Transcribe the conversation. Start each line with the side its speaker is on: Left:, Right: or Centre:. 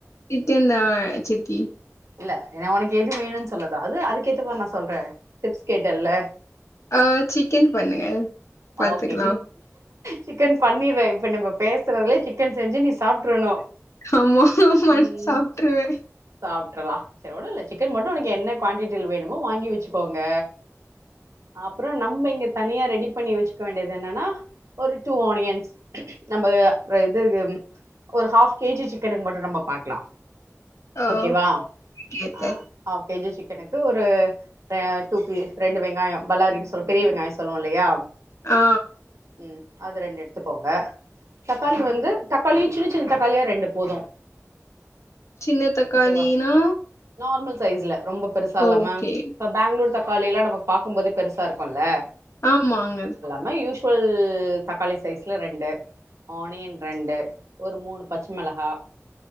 Left: சிக்கன்தா சித்தி
Right: இல்ல ஏனா ஒனக்கு எது வேணுனு சொல்லதா அது அதுக்கேத்த மாரி நா சொல்றே டிப்ஸ் கேட்டேல்ல
Left: அ சிக்கன் பண்ணுங்க பாத்துக்கலா
Right: ஓகே சிக்கன் பண்ணிருரே இப்ப நம்ம பேசுறதுலயே சிக் சிக்கன் செஞ்சு நீ சாப்ட்ரணு
Left: ஆமா ஆமான்னு
Right: ம்
Left: சாப்ட்டுருவேன்.
Right: சாப்ட்ரலா சரி ஒண்ணு இல்ல சிக்கன் மட்டு ஒனக்கு என்ன குவான்டிட்டில வேணுமோ வாங்கி வச்சுக்கோங்க அப்றோ நம்ம இங்க தனியா ரெடி பண்ணி வெச்சுக்க வேண்டியது என்னன்னா ஒரு டூ ஆனியன்ஸ் நம்ப இது ஒரு ஹாஃப் கேஜி சிக்கனுக்கு மட்டு நம்ம பாக்லா
Left: ஓ
Right: ஓகேவா
Left: ஓகே ஓகே.
Right: அ ஆஃப் கேஜி சிக்கனுக்கு ஒரு ஆ டூ பி ரெண்டு வெங்காயொ பல்லாரினு சொல் பெரிய வெங்காய சொல்லுவோலையா
Left: ஆ
Right: ம் அது ரெண்டு எடுத்துக்கோங்க தக்காளி வந்து தக்காளியு சின்னச் சின்ன தக்காளியா ரெண்டு போது
Left: சின்ன தக்காளினா
Right: ஓகேவா நார்மல் சைஸ்ல ரொம்ப பெருசா இல்லாம
Left: ஓகே.
Right: இப்ப பேங்ளூர் தக்காளில்லா நம்ம பாக்கும் போதே பெருசா இருக்குல்ல
Left: ஆமாங்க
Right: மாரி யூஷ்வல் தக்காளி சைஸ்ல ரெண்டு ஆனியன் ரெண்டு ஒரு மூணு பச்ச மெளகா